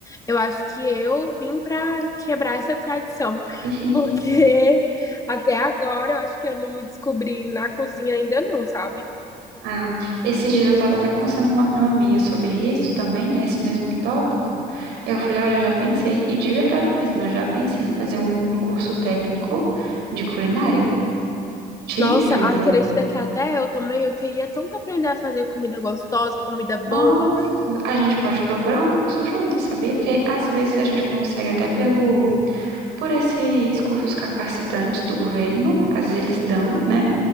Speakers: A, on the left; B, on the right.
A: Eu acho que eu vim pra quebrar essa tradição.
B: <laughs>
A: Porque <laughs> até agora eu acho que eu não me descobri na cozinha ainda não, sabe?
B: Ah, esses dias eu estava até conversando com uma prima minha sobre isso também, nesse mesmo tópico. Eu falei, olha, eu já pensei, e de verdade mesmo, eu já pensei em fazer um, um curso técnico de culinária. Te
A: Nossa,
B: juro.
A: acredita que até eu também, eu queria tanto aprender a fazer comida gostosa, comida boa.
B: Nossa, a gente pode procurar um curso junto, sabia? Porque às vezes a gente consegue até pelo, por esses cursos capacitantes do governo, às vezes eles dão, né?